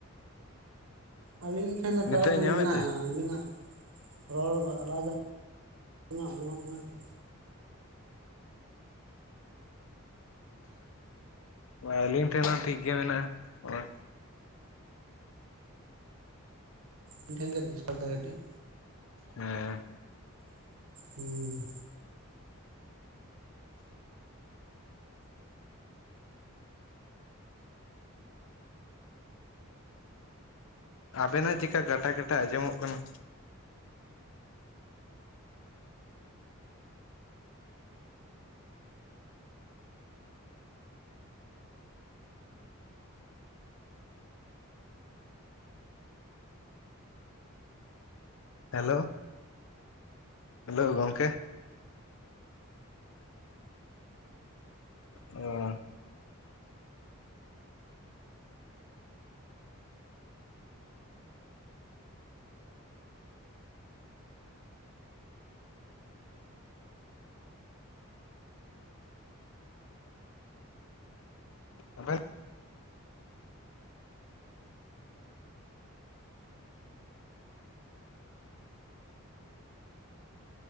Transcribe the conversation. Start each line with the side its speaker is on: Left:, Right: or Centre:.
Right: ᱟᱹᱞᱤᱧ ᱴᱷᱮᱱ ᱫᱚ
Left: ᱱᱤᱛᱚᱜ
Right: ᱴᱟᱣᱟᱨ ᱫᱚ
Left: ᱮ ᱧᱟᱢᱮᱫ
Right: ᱢᱮᱱᱟᱜᱼᱟ
Left: ᱛᱮ
Right: ᱟᱹᱵᱤᱱᱟᱜ ᱨᱚᱲ ᱫᱚ ᱟᱞᱟᱫᱟ ᱟᱞᱤᱧᱟᱜ ᱟᱸᱡᱚᱢᱚᱜ ᱠᱟᱱᱟ ᱛᱚ
Left: ᱵᱟ, ᱟᱹᱞᱤᱧ ᱴᱷᱮᱱ ᱦᱚᱸ ᱴᱷᱤᱠ ᱜᱮ ᱢᱮᱱᱟᱜ-ᱟ ᱦᱚᱸᱜ-ᱚᱭ
Right: ᱤᱧ ᱴᱷᱮᱱ ᱜᱮ ᱰᱤᱥᱴᱟᱵᱮᱫᱟᱭ ᱠᱟᱹᱴᱤᱡ
Left: ᱦᱮᱸ
Right: ᱦᱩᱸ
Left: ᱟᱵᱮᱱᱟᱜ ᱪᱮᱠᱟ ᱠᱟᱴᱟ ᱠᱟᱴᱟ ᱟᱸᱡᱚᱢᱚᱜ ᱠᱟᱱᱟ ᱦᱮᱞᱳ ᱦᱮᱞᱳ ᱜᱚᱝᱠᱮ ᱚ <inaudible>